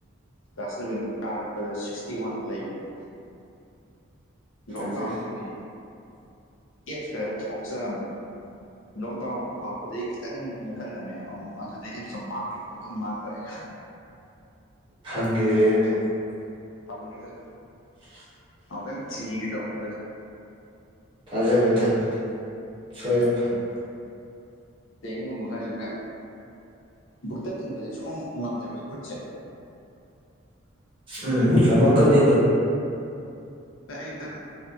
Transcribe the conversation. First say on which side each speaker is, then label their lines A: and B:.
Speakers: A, on the left; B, on the right.
A: ꯀ꯭ꯂꯥꯁ ꯁꯂꯚꯦꯟ ꯀꯥꯔꯛꯄꯗ ꯁꯤꯛꯁꯇꯤ ꯋꯥꯟꯗ ꯂꯩꯕꯅꯤ ꯂꯣꯛꯗꯥꯕꯗꯤ
B: ꯐꯖꯩ
A: ꯑꯦꯞꯁ ꯈꯔ ꯊꯣꯛꯆꯔꯝꯃꯤv ꯂꯣꯛꯗꯥꯎꯟ ꯍꯧꯔꯛꯄꯗꯒꯤ ꯈꯤꯇꯪ ꯅꯦꯈꯠꯂꯝꯃꯦ ꯑꯃꯨꯛ ꯑꯗꯨꯗꯤ ꯑꯦ ꯃꯥꯡꯈꯤꯕ ꯑꯗꯨꯝ ꯃꯥꯡꯈ꯭ꯔꯦ <inaudible>
B: ꯍꯗ꯭ꯔꯦ ꯅꯣ
A: ꯎꯗꯗ
B: <unintelligible>
A: ꯃꯪ ꯊꯤꯒꯦ ꯇꯧꯅꯦ
B: ꯊꯥꯖꯕ ꯊꯝꯖ ꯁꯣꯏꯗꯅ ꯐꯪ
A: ꯇꯦꯡꯒꯨꯝꯕ ꯈꯔꯁꯨ ꯈ ꯕꯨꯛꯇꯟ ꯏꯟꯕꯗꯤ ꯁꯝ ꯉꯝꯗꯦ ꯃꯣꯏ ꯈꯠꯆꯦ
B: ꯎꯝ ꯌꯥꯝꯃ ꯀꯅꯤꯗ
A: ꯏꯗꯪ